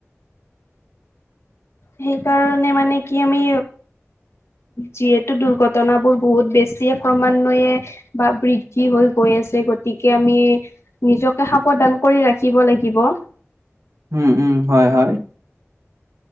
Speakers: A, on the left (about 60°); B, on the right (about 90°).
A: সেইকাৰণে মানে কি আমি যিহেতু দুৰ্ঘটনাবোৰ বহুত বেছিয়ে ক্ৰমান্বয়ে বা বৃদ্ধি হৈ গৈ আছে, গতিকে আমি নিজকে সাৱধান কৰি ৰাখিব লাগিব।
B: উম উম হয় হয়।